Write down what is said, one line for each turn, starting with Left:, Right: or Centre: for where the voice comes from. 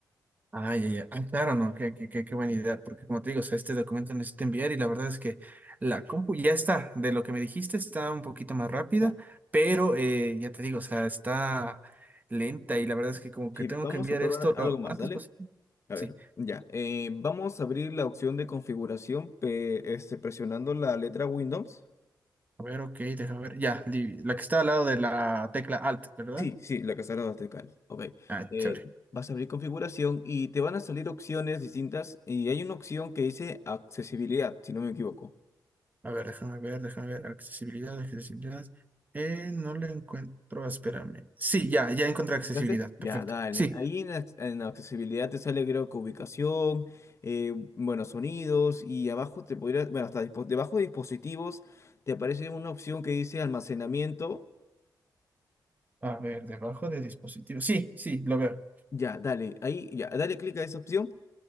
Right: Ay, ay, ay. Ah, claro, no, qué, qué, qué, qué buena idea, porque como te digo, o sea, este documento necesito enviar y la verdad es que la compu ya está, de lo que me dijiste está un poquito más rápida,
Left: Ya.
Right: pero eh, ya te digo, o sea, está lenta y la verdad es que como
Left: Sí,
Right: que tengo
Left: vamos
Right: que enviar
Left: a probar
Right: esto
Left: algo
Right: lo
Left: más,
Right: antes
Left: dale.
Right: posible.
Left: A
Right: Sí,
Left: ver, ya. eh, vamos a abrir la opción de configuración, pe- este, presionando la letra Windows.
Right: a ver, ok, déjame ver, ya, li- la que está al lado de la tecla Alt, ¿verdad?
Left: Sí, sí, la cazadora bastarcal. Ok.
Right: Ah,
Left: Eh,
Right: chévere.
Left: vas a abrir configuración y te van a salir opciones distintas y hay una opción que dice accesibilidad, si no me equivoco.
Right: A ver, déjame ver, déjame ver, accesibilidad, accesibilidad. Eh, no le encuentro, espérame. Sí, ya, ya encontré accesibilidad,
Left: ¿Entraste?
Right: perfecto.
Left: Ya, dale.
Right: Sí.
Left: Ahí en, ac- en accesibilidad te sale creo que ubicación, eh, bueno, sonidos y abajo te podría, bueno, hasta dispo- debajo de dispositivos te aparece una opción que dice almacenamiento.
Right: A ver, debajo de dispositivo. Sí, sí, lo veo.
Left: Ya, dale. Ahí, ya, dale clic a esa opción.